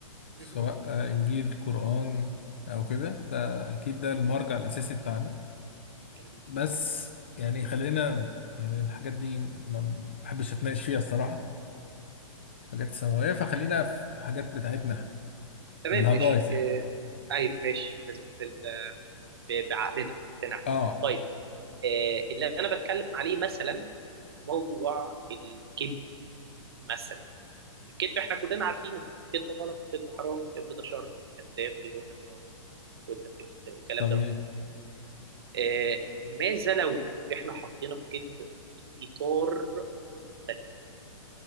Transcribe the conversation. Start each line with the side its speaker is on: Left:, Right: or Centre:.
Left: سواء
Right: مهم.
Left: آه، انجيل قران او كده ده اكيد
Right: مهم.
Left: ده المرجع الاساسي بتاعنا
Right: كلام محترم
Left: بس يعني خلينا يعني الحاجات دي ما بحبش اتناقش فيها الصراحه حاجات السماويه فخلينا في حاجات
Right: مهم.
Left: بتاعتنا إحنا،
Right: تمام
Left: بالهجايس
Right: ماشي إيه.
Left: يعني
Right: ايوه ماشي بال... بال... ب- بعقلنا بمقتنعنا
Left: اه
Right: طيب آه، اللي أنا بتكلم عليه مثلا موضوع الكذب مثلا الكذب احنا كلنا عارفين الكذب غلط الكذب حرام الكذب ده شر الكذاب بيروح النار وانت بتكتب ده والكلام
Left: طبيعي
Right: ده آه، ماذا لو احنا حطينا الكذب في اطار مختلف